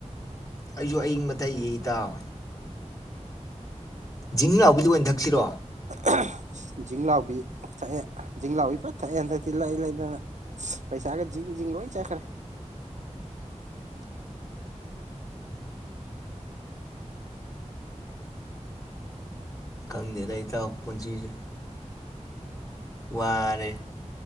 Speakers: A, on the left; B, on the right.
A: ꯑꯩꯁꯨ ꯑꯏꯪꯕ ꯊꯛꯏꯌꯦ ꯏꯇꯥꯎ ꯖꯤꯡ ꯂꯥꯎꯕꯤꯗꯨ ꯑꯣꯏꯅ ꯊꯛꯁꯤꯔꯣ
B: ꯑꯍ-ꯖꯤꯡꯂꯥꯎꯕꯤ ꯊꯛꯑꯦ ꯖꯤꯡ ꯂꯥꯎꯕꯤ ꯐꯟ ꯊꯛꯑꯦ ꯍꯟꯗꯛꯇꯤ ꯂꯩ-ꯂꯩꯗꯅ ꯄꯩꯁꯥꯒ ꯖꯤꯡ-ꯖꯤꯡ ꯂꯣꯏ ꯆꯠꯈ꯭ꯔꯦ
A: ꯈꯪꯗꯦꯗ ꯏꯇꯥꯎ ꯄꯨꯟꯁꯤꯁ ꯋꯥꯔꯦ